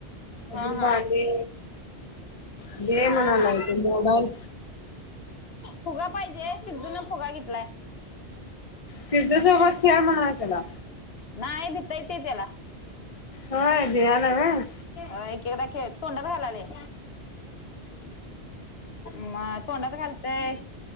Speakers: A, on the left; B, on the left.
A: हा
B: अजून
A: हा
B: भाले घ
A: हा
B: म्हणालाय
A: हा
B: त मोबाईल
A: फुगा पाहिजे सिद्धून फुगा घेतलाय.
B: शिजसोबत खेळ म्हणा त्याला
A: नाही भितय ते त्याला
B: हो बया ना ना.
A: अ एकताख धुंड ब खालाले म तोंडाात घालतय.